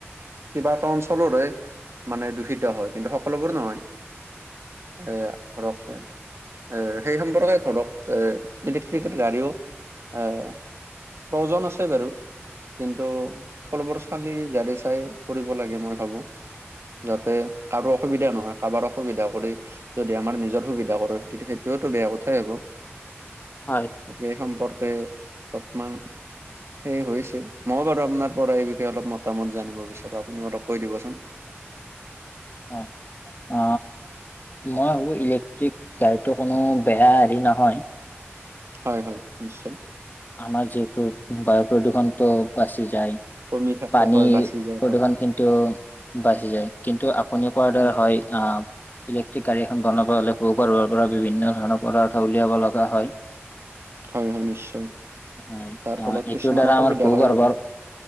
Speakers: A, on the right; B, on the left.
A: কিবা এটা অঞ্চলৰে, মানে দূষিত হয় কিন্তু সকলোবোৰ নহয়। এ ফ্ৰক <unintelligible> আহ সেই সম্পৰ্কে ধৰক এ ইলেক্ট্ৰিকেল গাড়ীও আহ। প্ৰয়জন আছে বাৰু কিন্তু। খালি জাৰি চাই কৰিব লাগে মই ভাবো যাতে কাৰো অসুবিধা নহয়। কাৰোবাৰ অসুবিধা কৰি যদি আমাৰ নিজৰ সুবিধা কৰো তেতিয়া সেইটোয়ো বেয়া কথাই হ'ব।
B: হয়।
A: গতিকে এই সম্পৰ্কে অলপমান সেই হৈছে মই বাৰু আপোনাৰ। পৰা এই বিষয়ে অলপ মতামত জানিব বিচাৰো আপুনি অলপ কৈ দিবচোন।
B: হয়, অ। মই ভাবো ইলেক্ট্ৰিক গাড়ীতো কোনো বেয়া হেৰি নহয়।
A: হয় হয় নিশ্চয়।
B: আমাৰ যিহেতু বায়ু প্ৰদূষণটো বাচি যায়।
A: কমি থাকে
B: পানী
A: হয় বাচি যায়
B: প্ৰদূষণ
A: হয়
B: কিন্তু, বাঢ়ি যায় কিন্তু আপুনি কোৱাৰ
A: উম,
B: দাৰা হয় আহ। ইলেক্ট্ৰিক গাড়ী এখন বনাব হলে ভূগৰ্ভৰ পৰা বিভিন্ন ধৰণৰ পদাৰ্থ উলিয়াব লগা হয়।
A: হয় হয় নিশ্চয়।
B: হয়
A: তাৰ
B: অ
A: ফলত
B: এইটো
A: কিছুমান
B: দ্বাৰা
A: অসুবিধা
B: আমাৰ ভূগৰ্ভৰ,
A: হয় বাৰু